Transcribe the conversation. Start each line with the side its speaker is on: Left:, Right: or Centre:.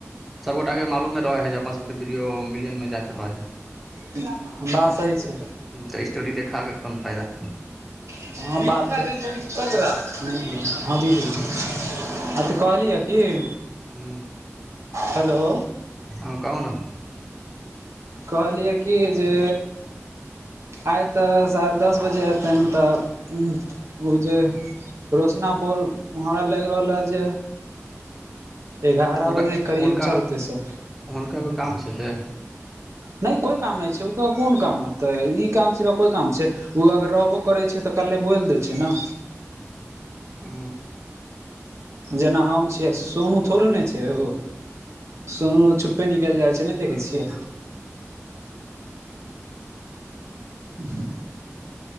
Centre: सबगोटा कऽ मालूमे रहे है जे अपन सबके बीडियो मिलियन मे जाइत रहे है
Right: <unintelligible> बात सही छै
Centre: ह तऽ स्टोरी देखाबे कऽ कोन फायदा
Right: <unintelligible> <unintelligible>
Centre: हू
Right: हेलो
Centre: हँ कहू न
Right: कहलियै कि जे आइ तऽ साढ़े दस बजे अथिनि तऽ ओ जे रोशना बोल हमरा लागि रहल हए जे एगारह
Centre: हुनका
Right: बजे करीब
Centre: हुनका
Right: चलतै से
Centre: हुनका कोय काम छै। से
Right: नहि कोइ काम नहि छै। ओकर कोन काम होतै ई काम छै। कोइ काम छै। ओ अगर रहबो करैत छै। तऽ कल्हे बोलि दै छै। ने
Centre: हु।
Right: जेना हम छियै सोनू थोड़े ने छै। ओ सोनू छुपे निकलि जाइ छै। ने देखै छियै <unintelligible>